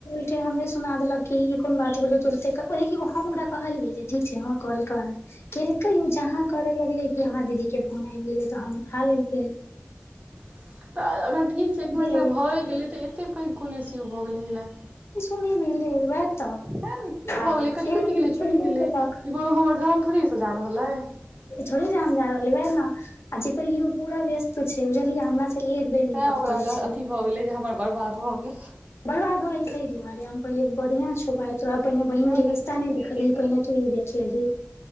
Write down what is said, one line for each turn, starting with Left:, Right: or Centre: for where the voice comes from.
Left: <unintelligible> हमरे सुना देलक कि ई कोन बात भेलैक तुरंते ओ देखी हम ओकरा कहलियै जे ठीक छै हँ कॉल कर केलकय उ जहाँ करऽ लगले कि हमरा दीदी केँ फोन आबि गेलैक तहन उठा लेलकै
Right: <inaudible> तऽ अगर ठीक छै मतलब
Left: गेलै
Right: भए गेलै तऽ एतेक पैघ कोन इश्यू भऽ गेलै लए
Left: किछु नही भेलैक वएह तऽ
Right: तें ने की भऽ गेलै एकटा
Left: फेर
Right: छुटि गेलै छुटि
Left: फेर नहि
Right: गेलै
Left: केलक
Right: ई कोनो हमर जान थोड़े सजा रहल अइ
Left: थोड़े जान जा रहल ने वएह ना जे कहियो पूरा व्यस्त छैक बुझलिय एक बेर मेकअप
Right: तैं ओकरा
Left: करैत
Right: कह
Left: छै
Right: अथी भऽ गेलै जे हमर बर्बाद भऽ गेल
Left: बरबाद होै तय दुआरे हम कहलियै बढ़िया छौ भाय तो पहिने बहिन
Right: छोड़ि
Left: केँ रिश्ता
Right: दही तू
Left: नहि
Right: उम्हरे
Left: भेटलहुँ क ही
Right: कर
Left: पहिने तू ही देख लेल्ही